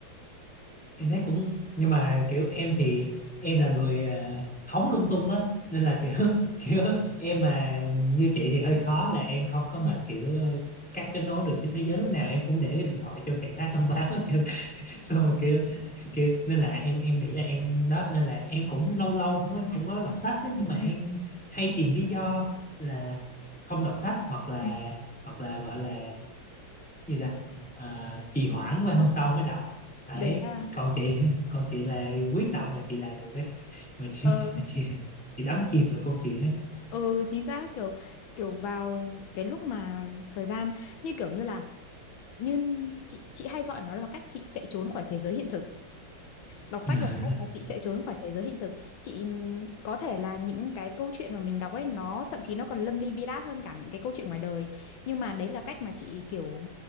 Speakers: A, in the centre; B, on the left.
A: em thấy cũng nhưng mà kiểu em thì em là người à, hóng lung tung á nên là kiểu <laughs> kiểu em mà như chị thì hơi khó là em không có mà
B: Ừ,
A: kiểu ờ, cắt kết nối được với thế giới lúc nào em cũng để cái điện thoại trong trạng thái thông báo hết trơn <laughs> xong rồi kiểu kiểu nên là em em nghĩ là em đó nên là em cũng lâu lâu cũng em cũng có đọc sách đó, nhưng mà em
B: ừ,
A: hay tìm lý do là không đọc sách hoặc là
B: ừ.
A: hoặc là gọi là gì ta à, trì hoãn qua hôm sau mới đọc đấy
B: Đấy là
A: còn chị còn chị là quyết tâm là chị làm được ấy mà chị
B: ờ
A: mà chị chị đắm chìm vào câu chuyện ấy
B: ừ chính xác kiểu kiểu vào cái lúc mà thời gian như kiểu như là như chị chị hay gọi nó là cách chị chạy trốn khỏi thế giới hiện thực đọc sách
A: <laughs>
B: là cách mà chị chạy trốn khỏi thế giới hiện thực chị ừm, có thể là những cái câu chuyện mà mình đọc ấy nó thậm chí nó còn lâm ly bi đát hơn cả những cái câu chuyện ngoài đời nhưng mà đấy là cách mà chị kiểu